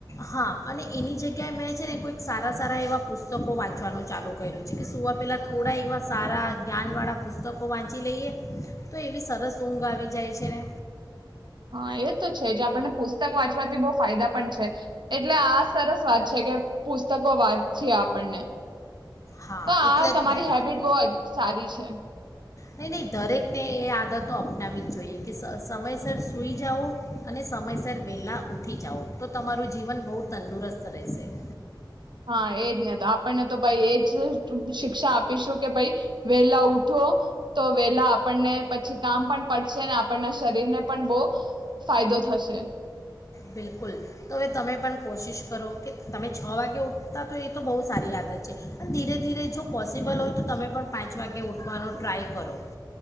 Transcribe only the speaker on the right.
હા એ તો છે જે આપણને પુસ્તક વાંચવાથી બહુ ફાયદા પણ છે એટલે આ સરસ વાત છે કે પુસ્તકો વાત જે આપણને
તો
આ
તમારી
હેબિટ બહુ જ સારી છે
હા એજ ને તો આપણને તો ભાઈ એ જ શિક્ષા આપીશું કે ભાઈ વેલા ઉઠો તો વેલા આપણને પછી કામ પણ પડશે આપણના શરીરને પણ બહ ફાયદો થશે